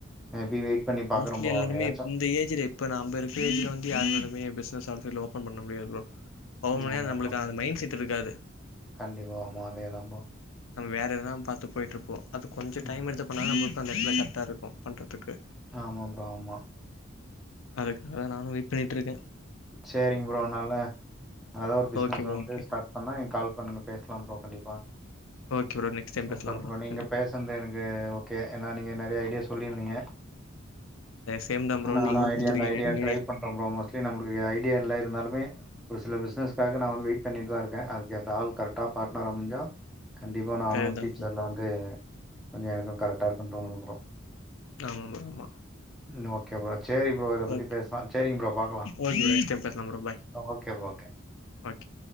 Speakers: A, in the centre; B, on the left (about 85°).
A: மேபி வெயிட் பண்ணி பார்க்குறோம்
B: மோஸ்ட்லி
A: ப்ரோ
B: எல்லாருமே
A: ஏதாச்சும்
B: இந்த ஏஜ்ல இப்ப நம்ப இருக்கற ஏஜ்ல வந்து யாரு <inaudible> பிஸ்னஸ் <unintelligible> லோ ஓபன் பண்ண முடியாது ப்ரோ அவுங்களே
A: ம், ஆமா
B: நம்ளுக்கு
A: ப்ரோ
B: அந் மைண்ட் செட் திருகாது
A: கண்டிப்பா ஆமா அதே தான் ப்ரோ
B: நம்ம வேற எதனா பார்த்து போயிட்டு இருப்போம் அது கொஞ்சம்
A: ம்,
B: டைம் எடுத்த பண்ணா நம் அந்த இடத்துல கரெக்ட்டா இருக்கும் பண்றதுக்கு
A: ஆமா ப்ரோ ஆமா
B: அதுக்காக நானும் வெயிட் பண்ணிட்டு இருக்கே
A: சேரிங்க ப்ரோ அதனால நல்லதா ஒரு பிசினஸ்
B: ஓகே ப்ரோ
A: வந்து
B: ஓகே
A: ஸ்டார்ட் பண்ணா கால் பண்ணுங்க பேசலாம் ப்ரோ கண்டிப்பா
B: okay bro next time
A: super
B: பேசலாம்
A: ப்ரோ நீங்க
B: கண்டிப்பா
A: பேசனது எனக்கு ஓகே ஏன்னா நீங்க நிறைய ஐடியா சொல்லிருந் ங்க
B: அதே சேம் தா ப்ரோ
A: நானும்
B: நீங்களு
A: ஐடியா
B: குடுத்துருக்கீங்க
A: அந்த ஐடியா
B: நெறைய
A: ட்ரை பண்ற ப்ரோ மோஸ்ட்லி நம்மளுக்கு ஐடியா எல்லாம் இருந்தாலுமே ஒரு சில பிசினஸ் காக நான் வெயிட் பண்ணிட்டு தான் இருக்கேன். அதுக்கேத்த ஆள் கரெக்டா பாட்னரா அமைஞ்சா கண்டிப்பா நானும்
B: கரெக்ட் தா
A: ஃபயூச்சர்ல
B: ப்ரோ
A: வந்து கொஞ்சம் எனக்கும் கரெக்டா இருக்குன்னு தோணுது ப்ரோ
B: ஆமா ப்ரோ ஆமா
A: ம் ஓகே பாரு சேரி ப்ரோ இத பத்தி
B: ஓகே
A: பேசலா சேரிங்க ப்ரோ பாக்கலா
B: ஓகே நெக்ஸ்ட் டைம் பேசலா bro bye
A: okay bro okay
B: okay